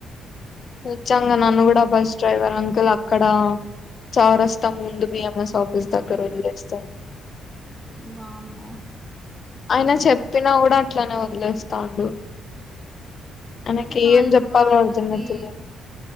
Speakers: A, on the left; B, in the centre.
A: నిజంగా నన్ను కూడా బస్ డ్రైవర్ అంకుల్ అక్కడ చౌ రస్తా మూంద బ ఎఎస్ ఆఫస్ తగ రస్త
B: బాము
A: అయిన చెప్పినా కూడా అట్లనే వదిలేస్తాండు ఆయనకి
B: వాళ్ళు
A: ఏం చెప్పాలో
B: వాళ్ళది
A: అర్థమైతలేదు